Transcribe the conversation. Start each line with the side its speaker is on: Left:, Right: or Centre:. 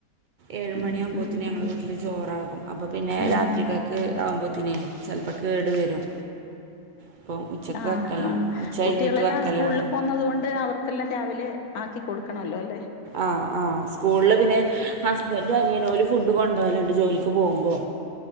Right: ഏഴ്
Left: ഉം
Right: മണിയാമ്പോത്തേന്
Left: ഉം ഉം
Right: ഞങ്ങടെ
Left: ഉം
Right: വീട്ടില് ചോറാകും അപ്പൊ പിന്നെ
Left: ഉം
Right: രാത്രികക്ക് ആവുമ്പോത്തേനെ ചിലപ്പോൾ കേട് വരും അപ്പം ഉച്ചക്ക്
Left: ആഹ
Right: വെക്കല ഉച്ച കഴിഞ്ഞിട്ട്
Left: കുട്ടികളെല്ലാം
Right: വെക്കലാണ്
Left: സ്കൂളിൽ പോന്നതുകൊണ്ട് അവർക്കെല്ലാം രാവിലെ ആക്കി കൊടുക്കണല്ലോ അല്ലെ
Right: ആ ആ സ്കൂളില് പിന്നെ ഹസ്ബൻഡ അനിയനും ഓല് ഫുഡ് ന്തു കൊണ്ടായാലും ന്റെ ജോലിക്ക് പോകുമ്പോ